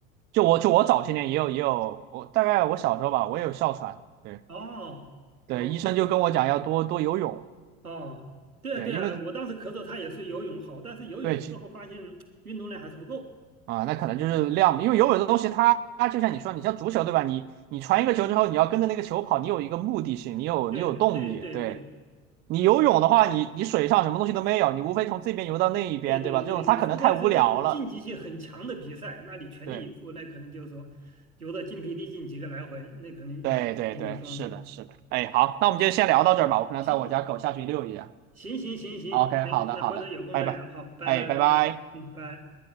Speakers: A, on the right; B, on the right.
A: 就我就我早些年也有也有，我大概我小时候吧，我也有哮喘。对。
B: 哦哦
A: 对，医生就跟我讲要多多游泳，
B: 哦，对啊对啊，
A: 对，因为
B: 我当时咳嗽，他也是游泳好，但是游泳最后发现运动量还是不够。
A: 对其啊，那可能就是量，因为游泳这东西它，它就像你说，你像足球对吧？你你传一个球之后，你要跟着那个球跑，你有一个目的性，你有你有动力。
B: 对对对对
A: 对你游泳的话，你你水上什么东西都没有，你无非从这边游到那一边，
B: 对对对，
A: 对吧？这种它可能太无聊了。
B: 你除非是那种竞技性很强的比赛，那你全力以赴，
A: 对
B: 那可能就是说游的筋疲力尽几个来回，那可能
A: 对对对，
B: 可能有帮助。
A: 是的，是的。哎，好，那我们就先聊到这儿吧，我可能带我家狗下去遛一下。
B: 行行行行行，
A: OK，
B: 行，
A: 好的好的，
B: 那回头有空再聊，
A: 拜拜。
B: 好，拜拜拜拜，
A: 哎，拜拜。
B: 嗯，拜。